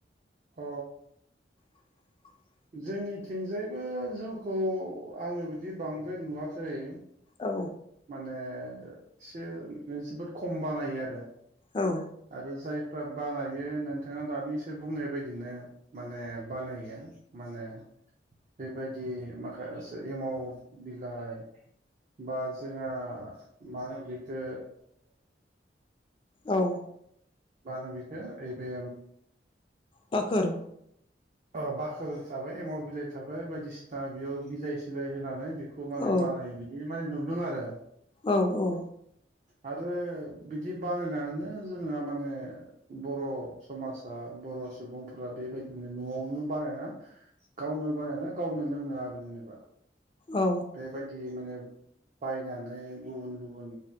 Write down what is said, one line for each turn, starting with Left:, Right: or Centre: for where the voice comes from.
Right: अ
Left: <inaudible>
Right: जोंनिथिंजायबो जौखौ आङो बिदि बांद्राय नुवाखै
Left: औ
Right: माने एसे जोबोद खम बानायो आरो
Left: औ
Right: आरो जाय फ्रा बानायो नोंथाङा दानिसो बुंनाय बायदिनो माने बानायो माने बेबायदि माखासे एमाव बिलाइ बा जोंहा मानो बेखो।
Left: औ
Right: मा होनो बिखौ यैबे
Left: बाखोर
Right: अ बाखोर थाबाय एमल बिलाइ थाबाय बायदिसिना बेयाव बिलाइ सिलाय होनानै। खौ माने
Left: औ
Right: बानायो बिदि माने नुदों आरो
Left: औ औ
Right: आरो बिदि बानायनानैनो जोंहा माने बर' समाजा बर' सुबुंफोरा बेबायदिनो न'आवनो बानायना गावनो बानायना गावनो लोंङो आरो जेनेबा
Left: औ
Right: बे बादि माने बायनानै गुबुन गुबुन